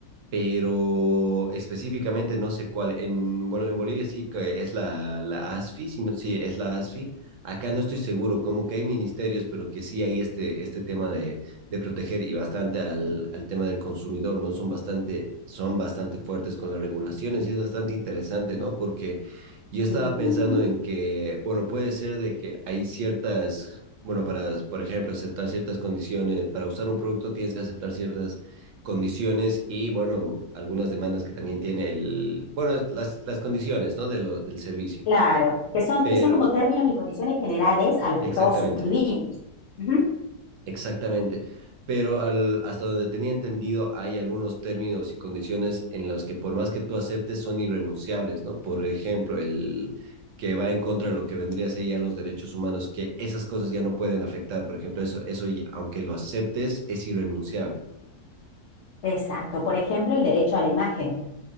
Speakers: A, on the right (about 65°); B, on the left (about 55°).
A: pero específicamente no sé cuál. En, bueno, en Bolivia sí que es la, la ASFI, si no, sí es la ASFI. Acá no estoy seguro, como que hay ministerios, pero que sí hay este, este tema de, de proteger y bastante al, al tema del consumidor, ¿no? Son bastante, son bastante fuertes con las regulaciones y es bastante interesante, ¿no? Porque yo estaba
B: Ujú.
A: pensando en que, bueno, puede ser de que hay ciertas, bueno, para, por ejemplo, aceptar ciertas condiciones, para usar un producto tienes que aceptar ciertas condiciones y, bueno, algunas demandas que también tiene el, bueno, las, las condiciones, ¿no? De lo, del servicio.
B: Claro, que son,
A: Pero,
B: que son como términos y condiciones generales a las
A: exactamente,
B: que todos suscribimos. Ujú.
A: exactamente. Pero al, hasta donde tenía entendido, hay algunos términos y condiciones en los que por más que tú aceptes son irrenunciables, ¿no? Por ejemplo, el que va en contra de lo que vendría a ser ya los derechos humanos, que esas cosas ya no pueden afectar. Por ejemplo, eso, eso y- aunque lo aceptes, es irrenunciable.
B: Exacto. Por ejemplo, el derecho a la imagen.